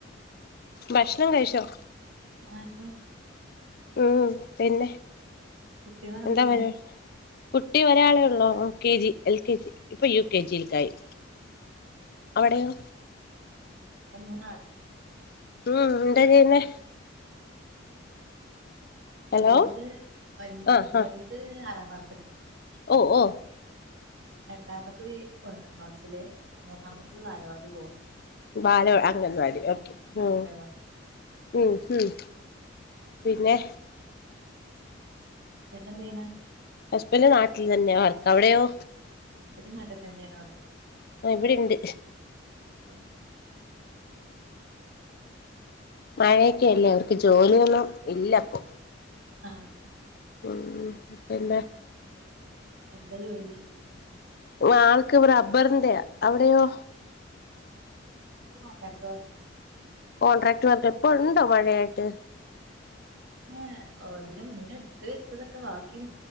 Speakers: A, on the left; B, on the right.
A: ഭക്ഷണം കഴിച്ചോ
B: ആ ഷ്ണം കൈച്ചു
A: ഉം പിന്നെ
B: കുട്ടികളൊക്കെ
A: എന്താ
B: എന്ത് ചെയ്യണ്
A: പരിവാ കുട്ടി ഒരാളെ ഒള്ളോ K G L K G ഇപ്പൊ യു കെ ജിൽക്കായി
B: ആ
A: അവടെയോ
B: ഇവട മൂന്നാൾ
A: ഉം എന്താ ചെയ്യ്ന്നേ ഹലോ
B: എന്റെത് വല്യ
A: ആഹ്
B: വൽത്
A: ആഹ്
B: ആറാം ക്ലാസ്സ്ലാ
A: ഓ ഓ
B: രണ്ടാമത്തത് ഒന്നാം ക്ലാസ്സില് മൂന്നാമത്തത് വാലവാടി പോവ്
A: വാല അംഗൻവാടി ഓക്കെ ഉം
B: അംഗൻവാടി
A: ഉം ഉം പിന്നെ
B: ഹസ്ബന്റ് എന്ത ചെയ്യുന്നേ
A: ഹസബന്റ് നാട്ടിൽ തന്നെയ വർക്ക് അവിടെയോ
B: വടിം നാട്ട് തന്നെണ്
A: ആ ഇവിടെണ്ട്
B: വർക്ക്
A: മയെക്കെ അല്ലേ അവർക്ക് ജോലിയൊന്നും ഇല്ല പ്പൊ
B: ആഹ്
A: ഉം പിന്നെ
B: എന്താ ജോലി
A: ആൾക്ക് റബ്ബർന്റെയാ അവടെയോ
B: കോണ്ടാക്റ്റ് വർക്ക്
A: കോൺട്രാക്ട് വർക്ക് ഇപ്പ ഉണ്ടോ മഴയായിട്ട്
B: ഏ ഓ ഇതിനെ മുന്നേട്ത്ത് വെച്ചതൊക്കെ ബാക്കി